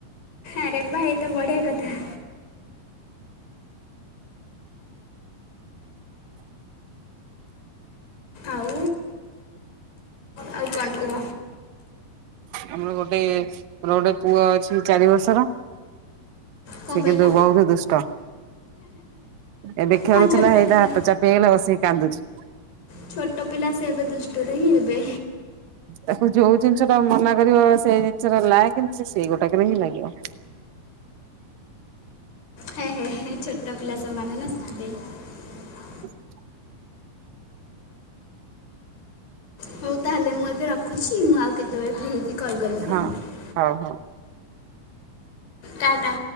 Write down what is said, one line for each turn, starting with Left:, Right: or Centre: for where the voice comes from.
Left: ଆରେ ଭାଇ ତ ବଢିଆ କଥା। ଆଉ ଆଉ କଣ କୁହ?
Right: ଆମର ଗୋଟେ ମୋର ଗୋଟେ ପୁଅ ଅଛି ଚାରି ବର୍ଷର।
Left: କ'ଣ
Right: ସେ
Left: କହିଲ
Right: କିନ୍ତୁ ବଉତ ଦୁଷ୍ଟା। ଏବେ ଖେଳୁଥିଲା
Left: ହଁ ଛୋଟ
Right: ଏଇଟା
Left: ପିଲା
Right: ହାତ ଚାପ ହେଇଗଲା ବସିକି କାନ୍ଦୁଛି।
Left: ଛୋଟ ପିଲା ସେ ଏବେ ଦୁଷ୍ଟରେ ହିଁ ହେବେ।
Right: ତାକୁ ଯୋଉ ଜିନିଷ ଟା ମନା କରିବ ସେଇ ଜିନିଷଟା ଲା କେମିତି ସେଇ ଗୋଟାକରେ ହିଁ ଲାଗିବ।
Left: ହ ଛୋଟ ପିଲା ସେମାନେ ନା ସେଥିପାଇଁ
Right: ହୁଁ
Left: ହଉ ତାହେଲେ ମୁଁ ଏବେ ରଖୁଛି ମୁଁ ଆଉ କେତେବେଳେ ପି ହେଇକି କଲ୍ କରିବି
Right: ହଁ
Left: ତୁମକୁ
Right: ହଉ ହଉ
Left: ଟାଟା